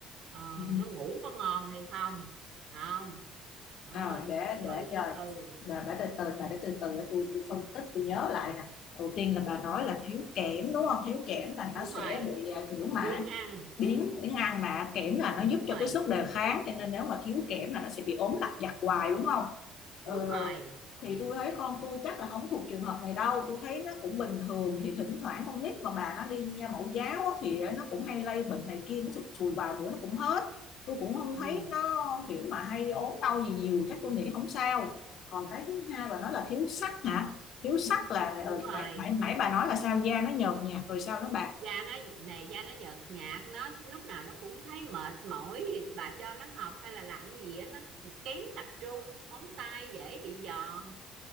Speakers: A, on the right; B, on the left.
A: ờ,
B: ừ.
A: nó ngủ có ngon hay không không đó.
B: rồi để
A: rồi
B: để giờ
A: ừ
B: bà, bà từ từ bà để từ từ để tôi tôi phân tích tôi nhớ lại nè đầu tiên là bà nói là thiếu kẽm đúng không thiếu kẽm là nó
A: đúng
B: sẽ
A: rồi
B: bị à, kiểu mà
A: biếng ăn
B: biến cái ngang mà kẽm là nó
A: đúng
B: giúp cho
A: rồi
B: cái sức đề kháng cho nên nếu mà thiếu kẽm là nó sẽ bị ốm lặt vặt hoài đúng không ờ,
A: đúng rồi
B: thì tôi thấy con tôi chắc là không thuộc trường hợp này đâu tôi thấy nó cũng bình thường thì thỉnh thoảng con nít mà bà nó đi nha mẫu giáo thì nó cũng hay lây bệnh này kia nó sụt sùi vài bữa nó cũng hết tôi cũng không
A: ừ,
B: thấy nó kiểu mà hay ốm đau gì nhiều chắc tôi nghĩ không sao còn cái thứ hai bà nói là thiếu sắt hả thiếu sắt là
A: đúng
B: ờ,
A: rồi
B: nãy nãy, nãy bà nói là sao da nó nhợt nhạt rồi sao nó bạc
A: da nó nè da nó nhợt nhạt nó lúc nào nó cũng thấy mệt mỏi thì bà cho nó học hay là làm gì á nó kém tập trung móng tay dễ bị giòn